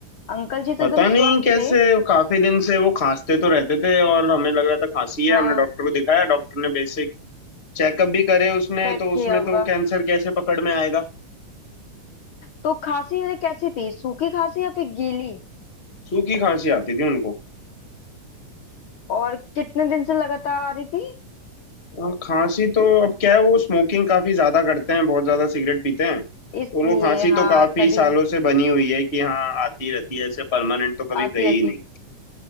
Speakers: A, on the left; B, on the left.
A: अंकल जी तो
B: पता
A: एकदम
B: नहीं
A: स्वस्थ
B: कैसे
A: थे
B: काफी दिन से वो खांसते तो रहते थे और हमें लग रहा था खांसी है
A: हाँ
B: हमने डॉक्टर को दिखाया डॉक्टर ने बेसिक चेकअप भी करे उसने
A: चेक
B: तो
A: किया
B: उसमें
A: होगा
B: तो कैंसर कैसे पकड़ में आएगा
A: तो खांसी उन्हें कैसी थी सूखी खांसी या फिर गीली
B: सूखी खांसी आती थी उनको
A: और कितने दिन से लगातार आ रही थी
B: हाँ, खांसी तो अब क्या है वो स्मोकिंग काफी ज्यादा करते हैं बहुत ज्यादा सिगरेट पीते हैं तो
A: इसलिए
B: उनको खांसी
A: हाँ
B: तो काफी
A: तभी
B: सालों से बनी हुई है कि हाँ आती रहती है ऐसे परमानेंट तो कभी
A: आती
B: गई
A: रहती
B: ही नहीं
A: है